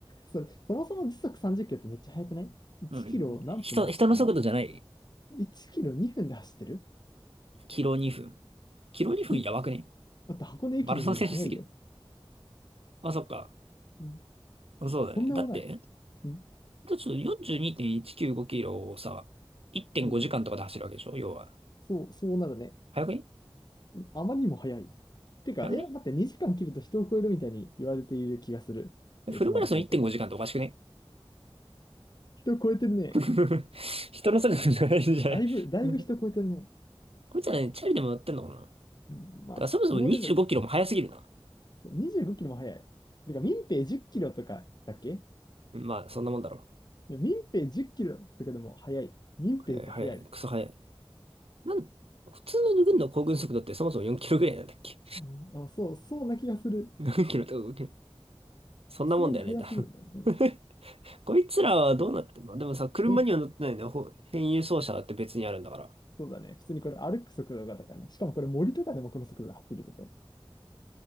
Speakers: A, on the left; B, on the right.
A: そ、そもそも時速30キロってめっちゃ速くない ?1
B: うん。
A: キロを何分で走ってんだ
B: 人、人の速度じゃない。
A: 1キロ2分で走ってる
B: キロ2分。キロ2分やばくね
A: えだって箱根駅伝より速いよ。
B: マラソン選手すぎる。あ、そっか。
A: うん
B: そうだね。
A: とんでもない。
B: だって、だって
A: うん。
B: ちょっと42.195キロをさ、1.5時間とかで走るわけでしょ要は。
A: うん。そう、そうなるね。
B: 早くね
A: うんあまりにも速い。てか、
B: 早くね
A: いや、待って、2時間切ると人を超えるみたいに言われている気がする。えっと、
B: フルマラソン1.5時間っておかしくね
A: マラソンって。人を超えてるね。
B: <laughs> 人のそれぞれじゃないんじゃない
A: だいぶ、だいぶ人を超えてるね。
B: <laughs> こいつらね、チャリでも乗ってんのかなだか
A: うん、まあ、
B: らそもそも25キロも速すぎるな。
A: そのレベル。そう25キロも速い。てか、民兵10キロとかだっけ
B: まあ、そんなもんだろ
A: で民兵10キロとかでも速い。民兵って速い。
B: う。はい、はい、クソ速い。なん、普通の軍の行軍速度ってそもそも4キロぐらいなんだっけ
A: うん、あ、そう、そうな気がする。
B: ?4 キロとか5キロ。そんなもんだよね、
A: さすがに速すぎるね。
B: だ。
A: うん
B: <laughs> こいつらはどうなってんのでもさ、車には乗ってないのよ。
A: ど、
B: ほ変輸送車だって別にあるんだから。
A: そうだね。普通にこれ歩く速度がだからね。しかもこれ森とかでもこの速度で走るでしょ。